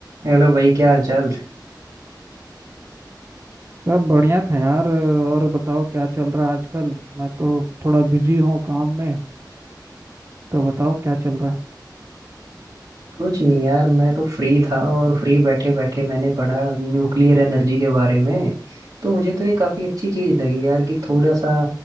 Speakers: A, on the right; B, on the right.
A: Hello भाई क्या हाल चाल
B: सब बढ़िया था यार और बताओ क्या चल रहा है आजकल मैं तो थोड़ा बिजी हूँ काम में तो बताओ क्या चल रहा है
A: कुछ नहीं यार मैं तो फ्री था और फ्री बैठे बैठे मैंने पढ़ा न्यूक्लियर एनर्जी के बारे में तो मुझे तो ये काफी अच्छी चीज लगी यार कि थोड़ा सा